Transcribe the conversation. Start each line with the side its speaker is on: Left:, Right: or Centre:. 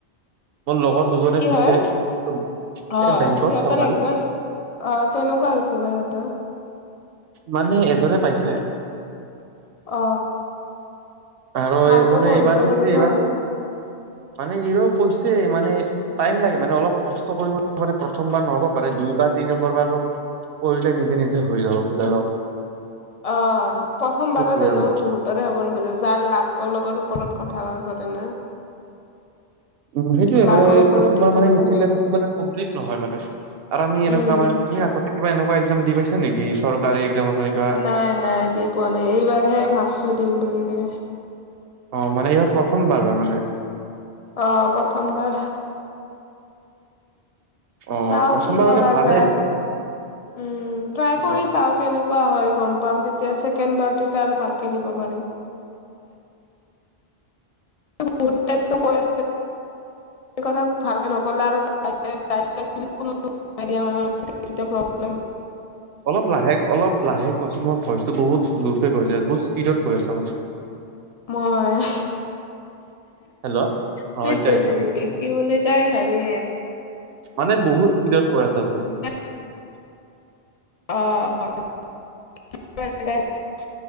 Right: মোৰ লগৰ দুজনে
Left: কি
Right: দিছে
Left: হয়
Right: এ
Left: অ
Right: বেংকত
Left: সিহঁতৰ
Right: চৰকাৰী
Left: এক্জাম অ কেনেকুৱা হৈছে বাই ইটা
Right: মানে এজনে পাইছে
Left: অ
Right: আৰু
Left: ভালকে
Right: এজনে
Left: পঢ়িব
Right: এইবাৰ দিছে
Left: লাগিব
Right: এইবাৰ
Left: আৰু
Right: মানে এই ৰ কৈছে মানে টাইম লাগে মানে অলপ কষ্ট কৰিব মানে প্ৰথমাৰ নহ'ব বাৰেু দুইবাৰ তিনি নম্বৰ বাৰ কৰিলে নিজে নিজে হৈ যাব বোলে অলপ
Left: অ প্ৰথমবাৰৰ
Right: সেইটোৱে
Left: এনো
Right: আৰু
Left: বহুত ৰে হ'ব নোখোজে যাৰ লাকৰ লগৰ ওপৰত কথা ক পৰে না
Right: উ সেইটোয়ে
Left: লাকৰ
Right: মানে
Left: ওপৰত
Right: প্ৰথমবাৰ
Left: ডিপেণ্ড
Right: মানেেবাছ
Left: কৰে
Right: মানে কমপ্লিট নহয় মানে আৰু আমি এনেকুৱা
Left: উম
Right: মান তুমিগতে কিবা এনেকুৱা এক্াম দি পাইছা নেকি চৰ কাৰ একামৰান
Left: নাই নাই দি পোৱা নাই এইবাৰহে ভাবছো দিম বুলি কে
Right: অ মানে এইবাৰ প্ৰথমবাৰ হয় মানে
Left: আহ প্ৰথমবাৰ
Right: অ'
Left: চাও
Right: প্ৰথমবাৰ
Left: কি কৰা
Right: হ'লে ভালেই
Left: যায়
Right: দেখোন।
Left: উম ট্ৰাই
Right: উম,
Left: কৰি চাও কেনেকা োৱা হয় গম পাম তেতিয়া চছেকেণ্ড বাৰট আৰু ভালকে দিব পাৰেিম বহুত টাইপটো কৈ আ কথা ভালকে নপলে আৰু মৰ্যৰনে প্ৰব্লেম
Right: অলপ লাহেক অলপ লাহেক কোৱাচোন মোৰ ভইচটো বহুত জোৰকে গৈছে বহুত স্পীডত কৈ আা মানে
Left: মই
Right: হেল্ল'
Left: চুইত
Right: অ' এতিয়া
Left: গৈছে
Right: আহিছে ভইচটো
Left: নেকি
Right: কোৱা।
Left: কি বুলি কাই হানে
Right: মানে বহুত স্পীডত কৰা আছা তুমি
Left: অ